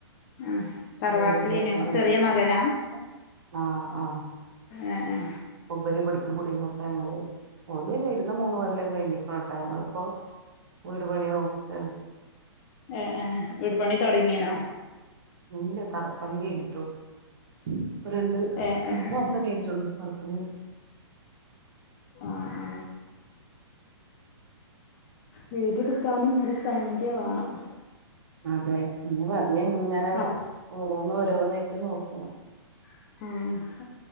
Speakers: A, on the left (about 30°); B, on the right (about 55°).
A: ആ തറവാട്ടിലേനോ
B: <unintelligible>
A: ചെറിയ മകനാ
B: ആ ആഹ
A: ഏ ഏ
B: ഇവരിവിടുക്ക് കുടിടന്നൊക്കെ ഞങ്ങള് വരുന്ന മൂന്ന് കെല്ലം <unintelligible> ഞങ്ങിപ്പോവീട് പണി നോക്കണ്
A: ഏ ഏ വീട് പണി തുടങ്ങിനോ?
B: ഇല്ല തറപ്പണി കഴിഞ്ഞിട്ടോ ഇപ്പ രണ്ട്
A: ഏ
B: അണ്ട്മാസം
A: ഏ ഏ
B: കയ്ഞ്ഞിട്ടെള്ളൂ തറപ്പണി
A: ആ ആ വീടെടുക്കാനും ഒരു സൈഖ്യ വേണം
B: അതെ നീ പതി ഇങ്ങനെ
A: ആ
B: ഓരോ ഓരോന്നായിട്ട് നോക്കണം
A: ആഹ്